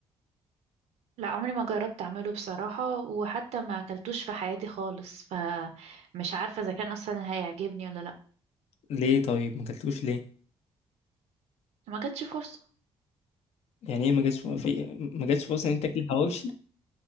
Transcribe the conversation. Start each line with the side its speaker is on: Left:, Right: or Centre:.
Right: لا عمري ما جربت اعمله بصراحة وحتى ما اكلتوش في حياتي خالص فمش عارفة اذا كان اصلا هيعجبني ولا لا
Left: ليه طيب ما اكلتوش ليه
Right: ما جاتش فرصة
Left: يعني ايه ما جاتش في ما جاتش فرصه ان انت تاكل حواوشي